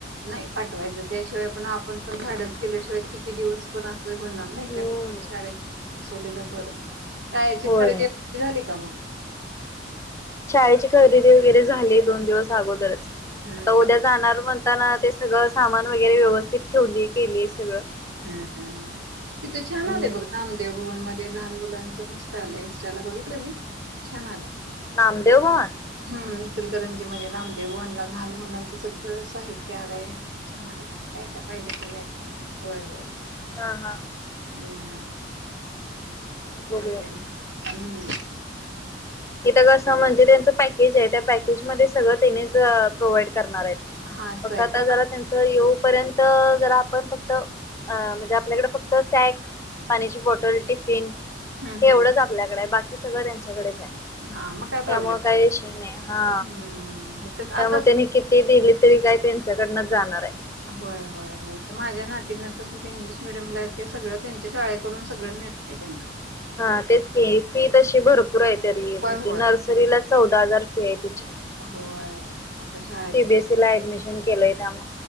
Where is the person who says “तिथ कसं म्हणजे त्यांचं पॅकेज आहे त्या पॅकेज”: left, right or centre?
Left